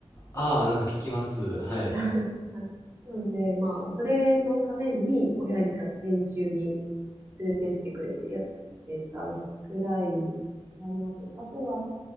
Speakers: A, on the left; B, on the right.
A: ああ、なんか聞きます。はい。へ
B: <laughs> はい。なので、まあ、それのために親が練習に連れてってくれてやってたぐらいかなと。あとは、